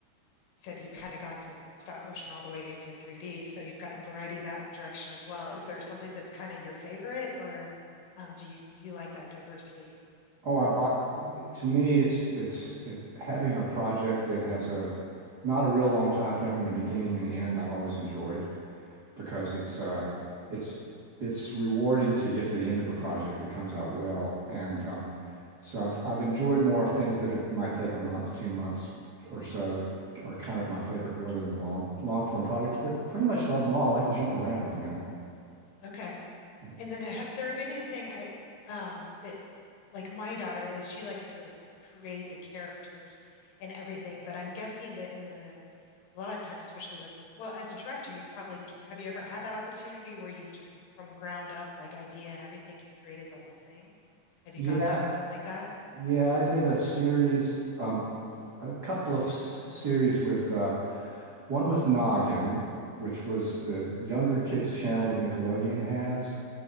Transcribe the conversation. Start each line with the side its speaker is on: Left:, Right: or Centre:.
Left: said you've kind of gone from stop motion all the way to 3D. So you've gotten variety that direction as well. Is there something that's kind of your favorite or um, do you do you like that diversity?
Right: Oh, I've, I, to me, it's it's it, having a project that has a not a real long time frame in the beginning and the end. I've always enjoyed. because it's uh, it's it's rewarding to get to the end of a project if it comes out well. And um, so I've I've enjoyed more things that it might take a month, two months or so are kind of my favorite more than the long long form projects, but pretty much love them all. I like to jump around, you know.
Left: Okay.
Right: Yeah.
Left: And then have there been anything I um that like my daughter at least she likes to create the characters and everything, but I'm guessing that in the a lot of times, especially with well, as a director, you probably have you ever had that opportunity where you've just from ground up, like idea and everything, you've created the whole thing? Have you
Right: Yeah,
Left: gone through something like that?
Right: yeah, I did a series, um, a couple of s- series with uh, one with Noggin, which was the younger kids channel that Nickelodeon has.